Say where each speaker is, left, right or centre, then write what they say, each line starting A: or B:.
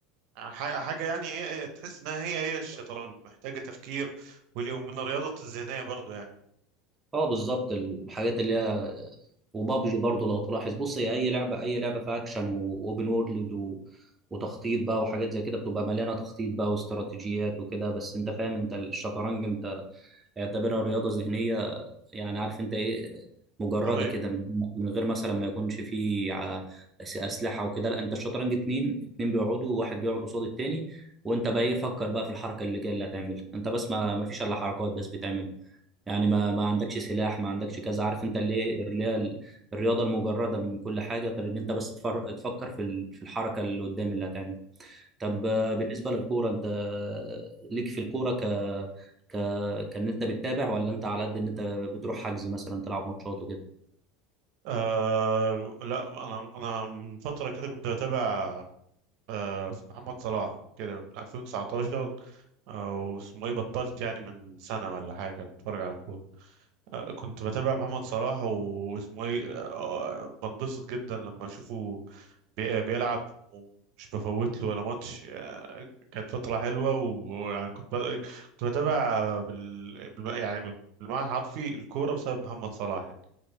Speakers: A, on the right; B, on the right.
A: ح- حاجه يعني هي هي- تحس انها هي هي الشطرنج محتاجه تفكير واللي- ومن الرياضه الذهنيه برضه يعني
B: آه، بالظبط الحاجات اللي هي وبابجي برضو لو تلاحظ بص هي اي لعبه اي لعبه فيها اكشن واوبن وورلد و... وتخطيط بقى وحاجات زي كده بتبقى مليانه تخطيط بقى واستراتيجيات وكده بس انت فاهم انت الشطرنج انت اعتبرها رياضه ذهنيه يعني عارف انت ايه مجرده
A: قويه
B: كده من من غير مثلا ما يكونش فيه ع- أس- اسلحه وكده لا انت الشطرنج اتنين اتنين بيقعدوا واحد بيقعد قصاد التاني وانت بقى ايه فكر بقى في الحركه اللي جايه اللي هتعملها انت بس ما ما فيش الا حركات بس بتعمل يعني
A: مم.
B: ما ما عندكش سلاح ما عندكش كذا عارف انت اللي ايه اللي هي ال- الرياضه المجرده من كل حاجه غير ان انت بس تفر- تفكر في ال- في الحركه اللي قدام اللي هتعملها طب
A: مم.
B: آه، بالنسبة للكورة انت آه، ليك في الكورة ك ك كان انت بتتابع ولا انت على قد ان انت بتروح حجز مثلا تلعب ماتشات وكده
A: آه لا انا انا من فتره كده كنت بتابع آه، محمد صلاح كده من 2019 او اسمه ايه بطلت يعني من سنة ولا حاجة اتفرج على كورة آه، كنت بتابع محمد صلاح واسمه ايه آه، بنبسط جدا لما اشوفه بي- بيلعب ومش بفوت له ولا ماتش آه، كانت فترة حلوة ويعني كنت بت- كنت بتابع بال... بالم- يعني بالمعنى الحرفي الكورة بسبب محمد صلاح يعني